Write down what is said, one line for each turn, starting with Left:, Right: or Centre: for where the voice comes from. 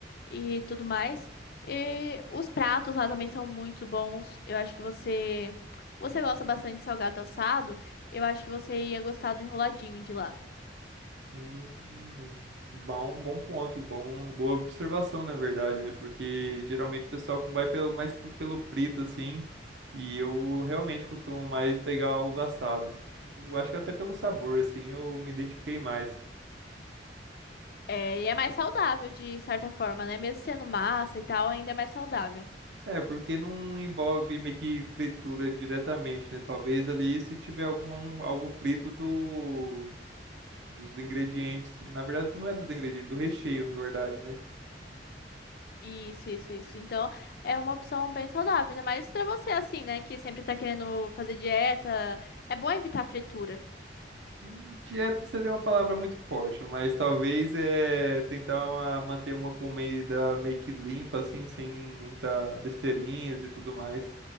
Left: e tudo mais. E os pratos lá também são muito bons. Eu acho que você, você gosta bastante de salgado assado, eu acho que você ia gostar do enroladinho de lá.
Right: Hum, bom, bom ponto, bom, boa observação, na verdade, né? Porque geralmente o pessoal vai pelo, mais p- pelo frito, assim, e eu realmente costumo mais pegar os assados. Eu acho que até pelo sabor, assim, eu me identifiquei mais.
Left: É, e é mais saudável, de certa forma, né? Mesmo sendo massa e tal, ainda é mais saudável.
Right: É, porque não envolve meio que fritura diretamente, né? Talvez ali se tiver algum algo frito do tipo dos ingredientes, na verdade não é dos ingredientes, do recheio, na verdade, né?
Left: Isso, isso, isso. Então, é uma opção bem saudável, ainda mais pra você assim, né, que sempre tá querendo fazer dieta. É bom evitar fritura.
Right: Hum, Dieta seria uma palavra muito forte, mas talvez é tentar uma- manter uma comida meio que limpa, assim, sem muita besteirinhas e tudo mais.